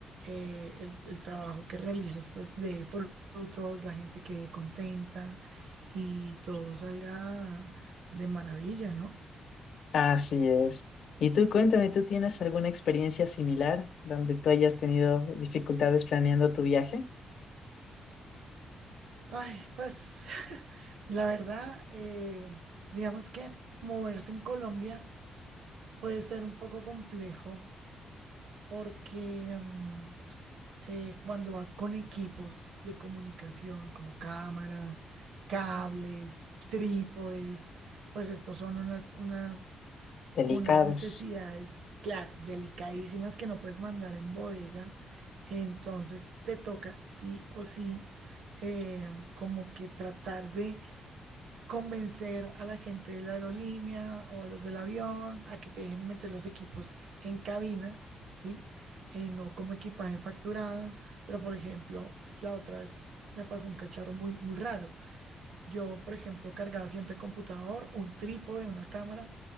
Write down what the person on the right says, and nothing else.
eh, el, el trabajo que realizas, pues de frutos, la gente quede contenta y todo salga de maravilla, ¿no?
Ay, pues <laughs> la verdad, eh, digamos que moverse en Colombia puede ser un poco complejo porque... mm, eh, cuando vas con equipos de comunicación como cámaras, cables, trípodes, pues estos son unas, unas,
unas necesidades, claro, delicadísimas que no puedes mandar en bodega. Entonces te toca sí o sí eh, como que tratar de convencer a la gente de la aerolínea o a los del avión a que te dejen meter los equipos en cabinas, ¿sí? Eh, no como equipaje facturado, pero por ejemplo, la otra vez me pasó un cacharro muy, muy raro. Yo, por ejemplo, cargaba siempre computador, un trípode, una cámara